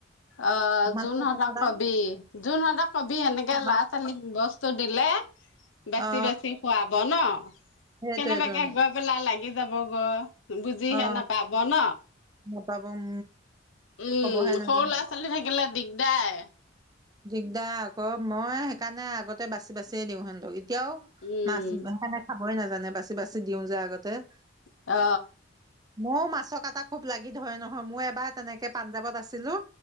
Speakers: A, on the left; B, on the right.
A: অ
B: মাছৰ
A: যোনহতক
B: কাটাডাল
A: কবি যোনহতক কবি সেনেকে
B: অ
A: ল'ৰা ছোৱালীক বস্তু দিলে বেছি
B: অ
A: বেছি খুৱাব ন
B: সেইটোৱেইটোন
A: কেনেবাকে গৈ পেলাই লাগি। যাবগৈ। বুজিহে
B: অ
A: নাপাব ন
B: নাপাব উম
A: উম
B: কবহে নাজানিব
A: সৰু ল। গিলে দিগদায়।
B: দিগদাৰ আক মই সেইকাৰণে আগতে বাচি বাচিয়ে দিওঁ হেতকি। এতিয়াও
A: উম
B: মাছ <inaudible> হয় নাজানে বাচি বাচি দিও যে আগতে।
A: অ।
B: মো মাছ কাটা খুব লাগি ধৰে নহয় মই এবাৰ তেনেকে পাঞ্জাৱত আছিলো।